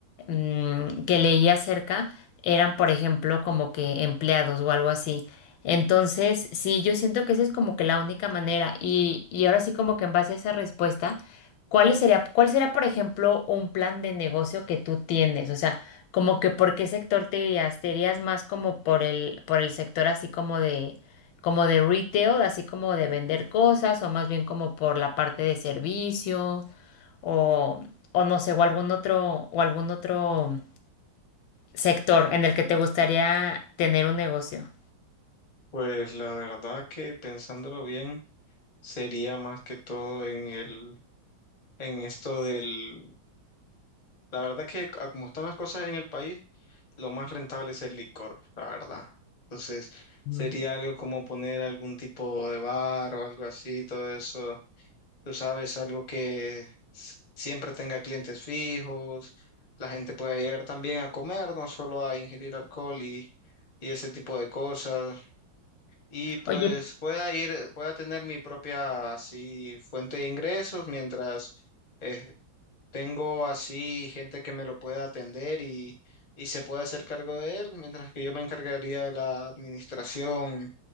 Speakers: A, on the left; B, on the left.
A: mm, que leía acerca eran, por ejemplo, como que empleados o algo así. Entonces, sí, yo siento que esa es como que la única manera y, y ahora sí como que en base a esa respuesta. ¿Cuál sería, cuál será, por ejemplo, un plan de negocio que tú tienes? O sea, como que por qué sector te irías, te irías más como por el, por el sector así como de, como de retail, así como de vender cosas, o más bien como por la parte de servicio, o, o no sé, o algún otro, o algún otro sector en el que te gustaría tener un negocio.
B: Pues la verdad que pensándolo bien, sería más que todo en el en esto del... La verdad que a como están las cosas en el país, lo más rentable es el licor, la verdad. Entonces,
A: Mm.
B: sería algo como poner algún tipo de bar o algo así, todo eso. Tú sabes, algo que s- siempre tenga clientes fijos, la gente pueda ir también a comer, no solo a ingerir alcohol y, y ese tipo de cosas. Y pues
A: Oye,
B: pueda ir, pueda tener mi propia así fuente de ingresos mientras eh, tengo así gente que me lo pueda atender y, y se puede hacer cargo de él, mientras que yo me encargaría de la administración